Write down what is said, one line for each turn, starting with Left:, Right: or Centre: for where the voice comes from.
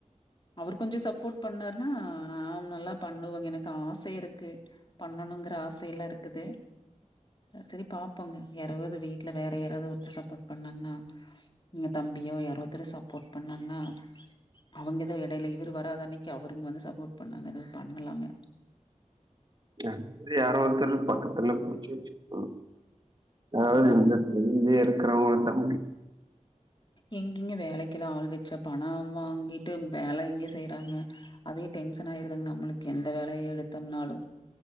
Left: அவ்ரு கொஞ்சோ சப்போர்ட் பண்ணாருன்னா நான் நல்லா பண்ணுவங்க எனக்கு ஆசை இருக்கு பண்ணணுங்ற ஆசயல்லா இருக்குது அ செரி பாப்போங்க யாரோ இத வீட்ல வேற யாராவ்து ஒருத்தர் சப்போர்ட் பண்ணாங்ன்னா எங்க தம்பியோ யாரோ ஒர்த்தர் சப்போர்ட் பண்ணாங்னா அவுங்க எதோ எடைல இவ்ரு வராத அன்னக்கி அவருங்க வந்து சப்போர்ட் பண்ணா என்னது பண்ணலாங்க
Right: அந்தூர்ல யாரோ ஒருத்தர் பக்கத்துல புடிச்சு வச்சுகோங்க யாராவ்து
Left: அதுதாங்க.
Right: இங்கயே இருக்கறவங்கள்ட்ட
Left: எங்கிங்க வேலைக்கெல்லா ஆள் வச்சா பணம் வாங்கிட்டு வேல எங்க செய்றாங்க அதே டென்ஷன் ஆயிருதுங்க நம்ளுக்கு எந்த வேலய எடுத்தம்னாலு